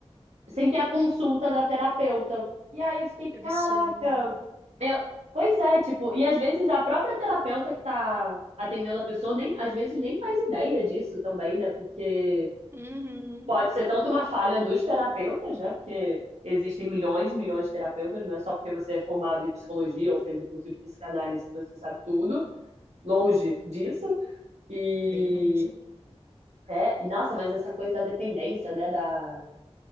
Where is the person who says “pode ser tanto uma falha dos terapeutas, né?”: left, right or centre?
Right